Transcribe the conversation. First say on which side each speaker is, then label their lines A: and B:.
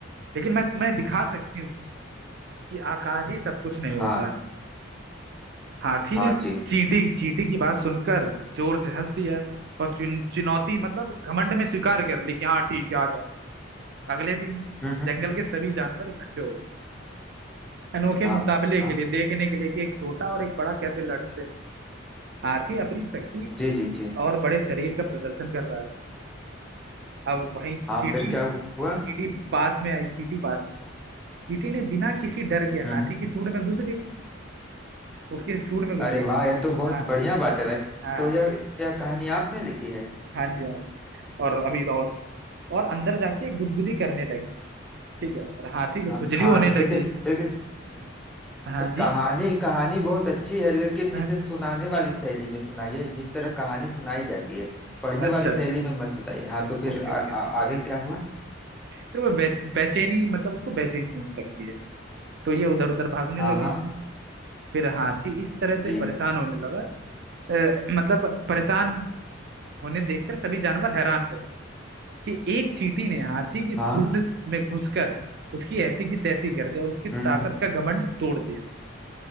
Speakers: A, on the right (about 55°); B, in the centre.
A: लेकिन मैं तुम्हें दिखा सकती हूँ कि आकाश ही सब कुछ नहीं होता
B: हाँ
A: हाथी
B: हाँ
A: ने
B: जी
A: चींटी चींटी की बात सुनकर जोर से हंस दिया और चुन, चुनौती मतलब घमंड में स्वीकार कर ली कि हाँ ठीक है आ जाओ अगले दिन
B: हम्म हम्म,
A: जंगल के सभी जानवर इकट्ठे हो गए अनोखे
B: हाँ
A: मुकाबले
B: हाँ
A: के लिए देखने के लिए कि एक छोटा और एक बड़ा कैसे लड़ते हैं हाथी अपनी शक्ति
B: जी जी जी
A: और बड़े शरीर का प्रदर्शन कर रहा था अब वही
B: हाँ
A: चींटी
B: फिर क्या हुआ
A: चींटी पास में आई चींटी पास में चींटी ने बिना किसी डर के
B: हम्म
A: हाथी
B: हम्म,
A: की सूंड में घुस गई उसके सूंड में घुस
B: अरे
A: गई
B: वाह
A: ठीक है
B: यह तो बहुत
A: हाँ
B: बढ़िया बात है भाई
A: हाँ
B: तो यह यह कहानी आपने लिखी है
A: हाँ जी हाँ और अभी तो और, और अंदर जाके गुदगुदी करने लगी ठीक है और हाथी को
B: हाँ
A: खुजली
B: खान
A: होने लगी
B: देखिए देखिए
A: हाँ जी
B: कहानी कहानी बहुत अच्छी है लेकिन
A: हाँ,
B: इसे सुनाने वाली शैली में सुनाइए जिस तरह कहानी सुनाई जाती है पढ़ने
A: अच्छा
B: वाली शैली में मत सुनाइए हाँ तो फिर
A: ओके
B: आ,
A: ओके
B: आ,
A: हम्म
B: आगे क्या हुआ
A: फिर वो बे, बेचैनी मतलब उसको बेचैनी होने लगती है तो ये उधर उधर भागने
B: हाँ
A: लगा
B: हाँ
A: फिर हाथी इस तरह से
B: जी
A: परेशान होने लगा अ, मतलब परेशान होने देखकर सभी जानवर हैरान रहे कि एक चींटी ने हाथी की सूंड
B: हाँ
A: में घुसकर उसकी ऐसी की तैसी कर दी और उसकी ताकत
B: हम्म हम्म
A: का घमंड तोड़ दिया